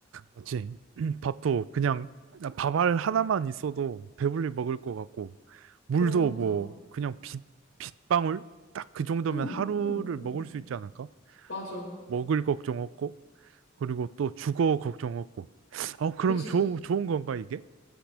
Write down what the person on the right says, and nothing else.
맞지? <clears throat> 밥도 그냥 밥알 하나만 있어도 배불리 먹을 것 같고 물도
뭐 그냥 빗, 빗방울? 딱 그 정도면
하루를 먹을 수 있지 않을까?
먹을 걱정 없고 그리고 또 주거 걱정 없고 어 그럼
좋은 좋은 건가 이게?